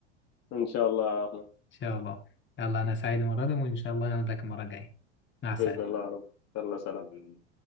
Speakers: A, on the left; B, on the left.
A: إن شاء الله يا أحمد
B: شاء الله يلا أنا سعيد المرة دي وإن شاء الله أنا ذاك المرة الجاية مع السلامة
A: بإذن الله يا رب يلا سلام